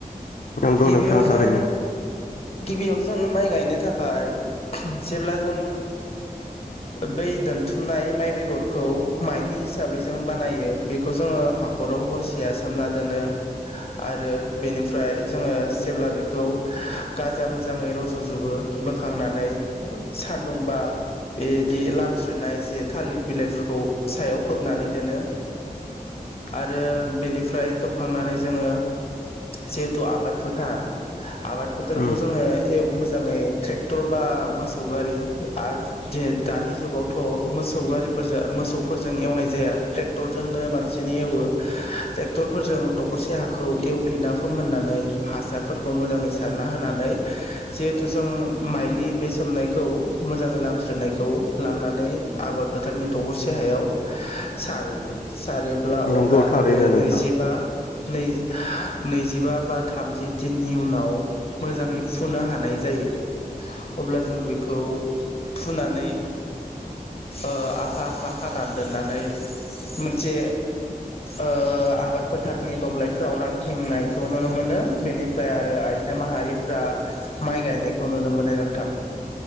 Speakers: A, on the left (about 60°); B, on the left (about 40°).
A: नंगौ
B: गिबियाव
A: नोंथां
B: जों
A: थारैनो।
B: गिबियाव जों माइ गायनो थाखाय जेब्ला जों बै दोनथुमनाय माइ बेगरखौ माइलि हिसाबै जों बानायो बेखौ जोङो हाखराव हरसेया सोमना दोनो। आरो बेनिफ्राय जोङो जेब्ला बे खौ गाजा मोजाङै रज'जोबो बोखांनानै सानदुंबा बिदि लामस्रिनाय एसे थालिर बिलाइफोरखौ सायाव खोबनानै दोनो। आरो बेनिफ्राय खोबखांनानै जोङो जिहेथु आबाद फोथार आबाद फोथारखौ
A: उम
B: जोङो एव मोजाङै ट्रेक्टर बा मोसौ गारि आरो दि दानि जुगावथ' मोसौ गारिफोरजों मोसौफोरजों एवनाय जाया ट्रेक्टरजोंनो बांसिनै एवो। ट्रेक्टरफोरजों दखरसे हाखौ एवग्लिना फोमोननानै हासारफोर खौ मोजाङै सारना होनानै जिहेथु जों माइलि बे सोमनायखौ मोजाङै लामस्रिनायखौ लांनानै आबाद फोथारनि दखरसे हायाव सारहैयो। सारोब्ला
A: नंगौ
B: अब्ला
A: थारैनो
B: बे
A: नोंथां
B: नैजिबा नै नैजिबा बा थामजि दिननि उनाव मोजाङै फुनो हानाय जायो। अब्ला जों बेखौ फुनानै ओ आखा आखा खानानै दोननानै मोनसे ओ आबाद फोथारनि दब्लायफ्राव रानथिंनायखौ नुनो मोनो। बेनिफ्राय आरो आइजो माहारिफ्रा माइ गायनायखौ नुनो मोनो नोंथां।